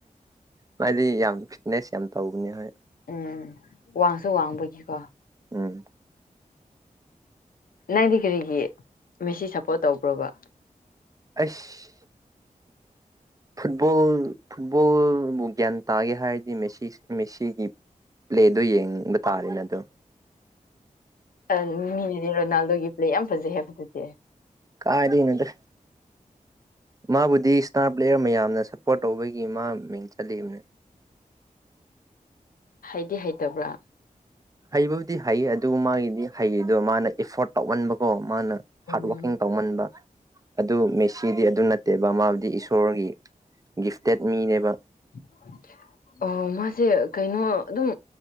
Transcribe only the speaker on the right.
ꯃꯥꯗꯤ ꯌꯥꯝ ꯐꯤꯠꯅꯦꯁ ꯌꯥꯝ ꯇꯧꯕꯅꯦ ꯍꯣꯏ
ꯎꯝ
ꯑꯩꯁ ꯐꯨꯠꯕꯣꯜ ꯐꯨꯠꯕꯣꯜꯕꯨ ꯒ꯭ꯌꯥꯟ ꯇꯥꯒꯦ ꯍꯥꯏꯔꯗꯤ ꯃꯦꯁꯤ ꯃꯦꯁꯤꯒꯤ ꯄ꯭ꯂꯦꯗꯣ ꯌꯦꯡꯕ ꯇꯥꯔꯦꯅꯦ ꯑꯗꯨꯝ
ꯀꯥꯏꯗꯩꯅꯣꯗ ꯃꯥꯕꯨꯗꯤ ꯏꯁꯇꯥꯔ ꯄ꯭ꯂꯦꯌꯔ ꯃꯌꯥꯝꯅ ꯁꯞꯄꯣꯔꯠ ꯇꯧꯕꯒꯤ ꯃꯥ ꯃꯤꯡ ꯆꯠꯂꯤꯕꯅꯦ
ꯍꯩꯕꯕꯨꯗꯤ ꯍꯩꯌꯦ ꯑꯗꯨ ꯃꯥꯒꯤꯗꯤ ꯍꯩꯌꯤꯗꯣ ꯃꯥꯅ ꯏꯐꯣꯔꯠ ꯇꯧꯃꯟꯕꯀꯣ ꯃꯥꯅ
ꯍꯥꯔꯠ ꯋꯥꯀꯤꯡ ꯇꯧꯃꯟꯕ ꯑꯗꯨ ꯃꯦꯁꯤꯗꯤ ꯑꯗꯨ ꯅꯠꯇꯦꯕ ꯃꯥꯕꯨꯗꯤ ꯏꯁꯣꯔꯒꯤ ꯒꯤꯐꯇꯦꯠ ꯃꯤꯅꯦꯕ